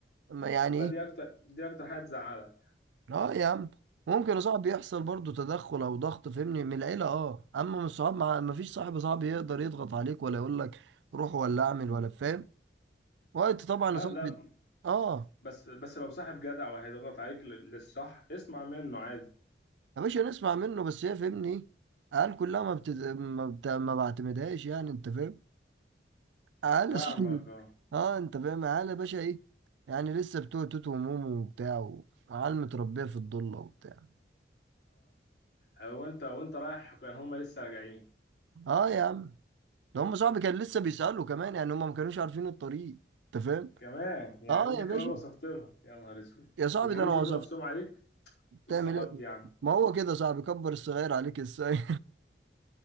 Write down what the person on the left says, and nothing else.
فدي
اكتر دي اكتر حاجه تزعلك
لا
لا
بس بس لو صاحب جدع وهيضغط عليك لل- للصح اسمع منه عادي
فاهمك
اه
اه وانت وانت رايح كان هما لسه راجعين
كمان يعني
انت
كمان
وصفت لهم يا نهار اسود
وجايين
يشوفوا
نفسهم عليك إيه الصحاب
دي يا عم